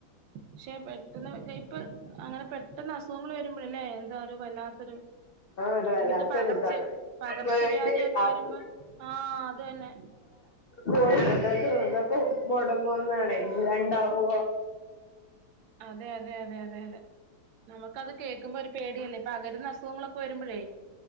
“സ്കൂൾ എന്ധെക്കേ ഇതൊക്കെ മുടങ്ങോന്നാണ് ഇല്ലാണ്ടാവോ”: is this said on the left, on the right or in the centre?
Left